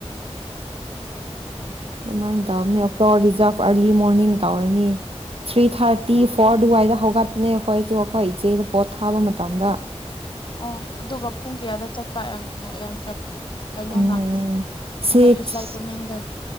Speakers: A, on the right; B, on the left.
A: ꯑꯧꯃꯥꯏꯅ ꯇꯧꯕꯅꯦ ꯀꯣ ꯔꯤꯖꯥꯕ ꯑꯔꯝ ꯂꯤ ꯃꯣꯔꯅꯤꯡ ꯇꯧꯔꯅꯤ ꯊ꯭ꯔꯤ ꯊꯥꯔꯇꯤ
B: ꯑꯣ
A: ꯐꯣꯔ ꯗꯨꯋꯥꯏꯗ ꯍꯧ ꯀꯠꯅꯦ ꯈꯣꯏꯁꯨ ꯑꯈꯣꯏ ꯏꯆꯦꯗ ꯄꯣꯠ ꯊꯥꯕ ꯃꯇꯝꯗ
B: ꯑꯪ ꯑꯗꯨꯒ ꯄꯨꯡ ꯀꯌꯥꯗ ꯆꯠꯄ ꯌꯥꯡ ꯌꯡ ꯀꯩꯅꯣꯅ
A: ꯎꯝ ꯁꯤꯛꯁ
B: ꯃꯣꯏꯒꯤ ꯐ꯭ꯂꯥꯏꯠꯇ ꯃꯦꯡꯗ